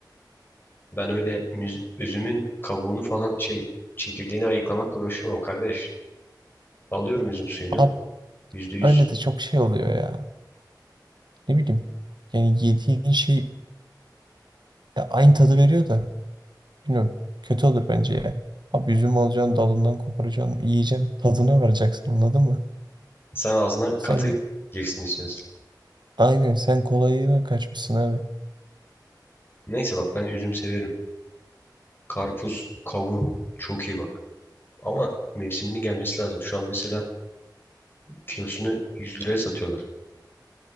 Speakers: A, on the left (about 30°); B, on the right (about 75°).
A: Ben öyle müz- üzümün kabuğunu falan şey çekirdeğini ayıklamakla uğraşamam kardeş. Alıyorum üzüm suyunu.
B: Abi
A: Yüzde yüz.
B: öyle de çok şey oluyor ya. Ne bileyim. Yani yediğin şey ya aynı tadı veriyor da. Bilmiyorum. Kötü olur bence ya. Abi üzüm alacaksın, dalından koparacaksın, yiyeceksin, tadına varacaksın anladın mı?
A: Sen ağzına
B: Sen
A: katı
B: git.
A: girsin istiyorsun.
B: Aynen sen kolayına kaçmışsın abi.
A: Neyse bak ben üzüm severim. Karpuz, kavun çok iyi bak. Ama mevsiminin gelmesi lazım. Şu an mesela kilosunu 100 liraya satıyorlar.